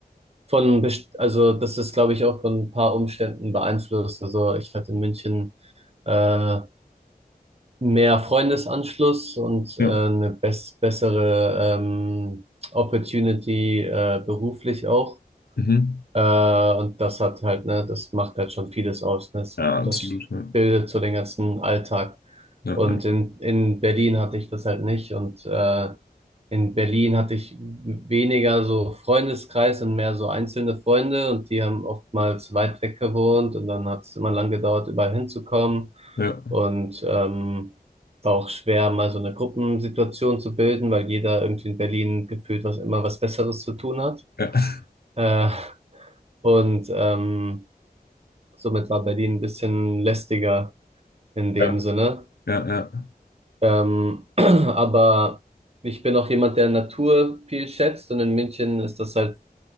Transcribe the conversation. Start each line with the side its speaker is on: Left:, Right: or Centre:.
Right: Von, best- also das ist, glaube ich, auch von ein paar Umständen beeinflusst. Also ich hatte in München äh, mehr Freundesanschluss und
Left: Ja.
Right: äh, eine bess bessere ähm, Opportunity äh, beruflich auch.
Left: Mhm.
Right: Äh, und das hat halt, ne, das macht halt schon vieles aus, ne? Das,
Left: Ja, absolut.
Right: das
Left: Ja,
Right: bildet so den ganzen Alltag.
Left: ja,
Right: Und in, in Berlin hatte ich das halt nicht. Und äh, in Berlin hatte ich weniger so Freundeskreis und mehr so einzelne Freunde. Und die haben oftmals weit weg gewohnt. Und dann hat es immer lang gedauert, überall hinzukommen.
Left: ja,
Right: Und ähm, war auch schwer, mal so eine Gruppensituation zu bilden, weil jeder irgendwie in Berlin gefühlt was immer was Besseres zu tun hat.
Left: ja,
Right: Äh, und ähm, somit war Berlin ein bisschen lästiger in dem
Left: ja,
Right: Sinne.
Left: ja, ja, ja,
Right: Ähm, <clears throat> aber ich bin auch jemand, der Natur viel schätzt und in München ist das halt